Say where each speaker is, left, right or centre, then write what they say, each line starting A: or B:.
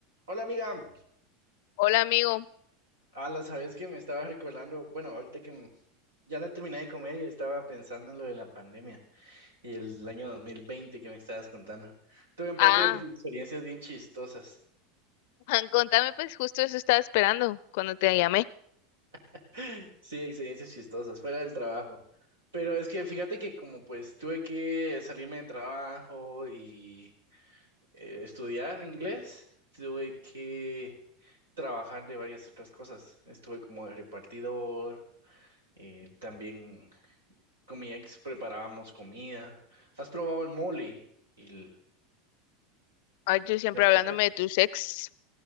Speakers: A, on the right; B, on the left.
A: Hola amiga,
B: Hola amigo.
A: a la sabes que me estaba recordando, bueno, ahorita que m- ya no terminé de comer y estaba pensando en lo de la pandemia y el año 2020 que me estabas contando. Tuve un
B: Ah,
A: par de experiencias bien chistosas.
B: <laughs> Juan, contame pues justo eso estaba esperando cuando te llamé.
A: <laughs> Sí, experiencias chistosas, fuera del trabajo. Pero es que fíjate que como pues tuve que salirme de trabajo y eh, estudiar inglés, tuve que trabajar de varias otras cosas. Estuve como de repartidor, eh, también con mi ex preparábamos comida. ¿Has probado el mole y el-
B: Ay, tú siempre
A: las
B: hablándome
A: torrecas?
B: de tus ex.